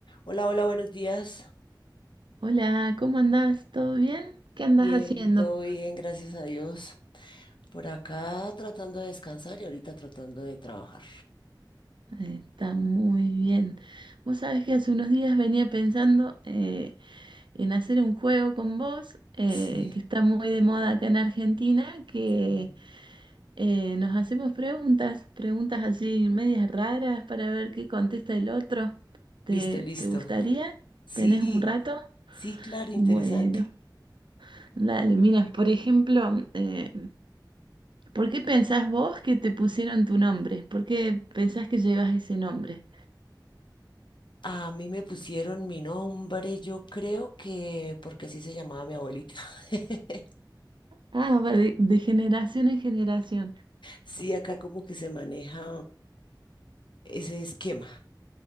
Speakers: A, on the left (about 75°); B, on the right (about 80°).
A: Hola, hola, buenos días.
B: Hola, ¿cómo andás? ¿Todo bien? ¿Qué andás
A: Bien,
B: haciendo?
A: todo bien, gracias a Dios. Por acá tratando de descansar y ahorita tratando de trabajar.
B: Eh, Está muy bien. Vos sabés que hace unos días venía pensando eh, en hacer un juego con vos, eh,
A: <laughs>
B: que está muy de moda acá en Argentina, que
A: Sí.
B: eh, nos hacemos preguntas, preguntas así medias raras para ver qué contesta el otro. ¿Te,
A: Listo, listo.
B: te gustaría?
A: Sí,
B: ¿Tenés un rato?
A: sí, claro, interesante.
B: Bueno, dale, mira, por ejemplo, eh, ¿Por qué pensás vos que te pusieron tu nombre? ¿Por qué pensás que llevas ese nombre?
A: A mí me pusieron mi nombre, yo creo que porque así se llamaba mi abuelita. <laughs>
B: Ah, va de, de generación en generación.
A: Sí, acá como que se maneja ese esquema.